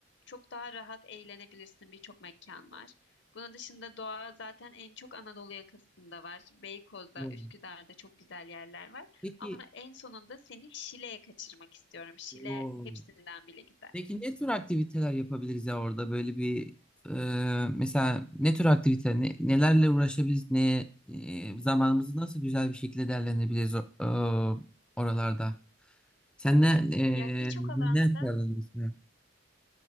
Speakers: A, on the left; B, in the centre.
A: çok daha rahat eğlenebilirsin. Birçok mekan var. Bunun dışında doğa zaten en çok Anadolu yakasında var. Beykoz'da,
B: Doğru.
A: Üsküdar'da çok güzel yerler var.
B: Peki,
A: Ama en sonunda seni Şile'ye kaçırmak istiyorum. Şile
B: o,
A: hepsinden bile güzel.
B: peki ne tür aktiviteler yapabiliriz ya orada böyle bir eee, mesela ne tür aktivite ne- nelerle uğraşabiliriz ne eee, zamanımızı nasıl güzel bir şekilde değerlendirebiliriz o- eee, oralarda. Sen ne eee,
A: Yani birçok
B: ne
A: alanda,
B: yapardın mesela?